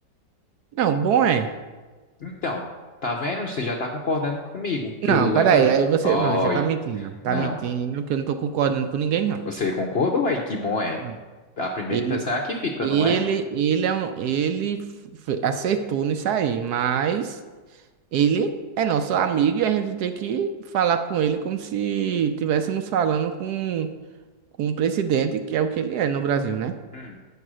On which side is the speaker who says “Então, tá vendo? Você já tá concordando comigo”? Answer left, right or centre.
Left